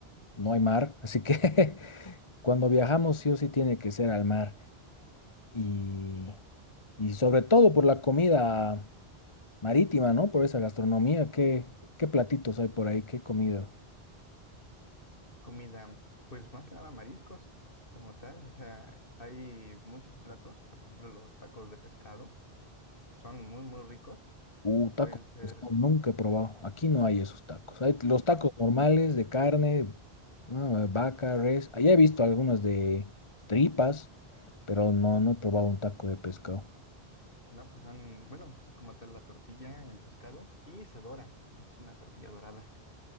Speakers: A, on the left; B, on the left.
A: no hay mar, así que <laughs> cuando viajamos sí o sí tiene que ser al mar. Y, y sobre todo por la comida marítima, ¿no? Por esa gastronomía. ¿Qué, qué platitos hay por ahí? ¿Qué comida?
B: Comida, pues más que nada mariscos como tal, o sea, hay muchos platos, por ejemplo, los tacos de pescado, son muy, muy ricos,
A: Uh, tacos
B: pueden ser,
A: de pescado, nunca he probado. Aquí no hay esos tacos. Hay los tacos
B: ¿no?
A: normales de carne, ah, vaca, res. Allá he visto algunas de tripas, pero no, no he probado un taco de pescado.
B: No, pues son, bueno, pues es como tal la tortilla, el pescado y se dora, es una tortilla dorada.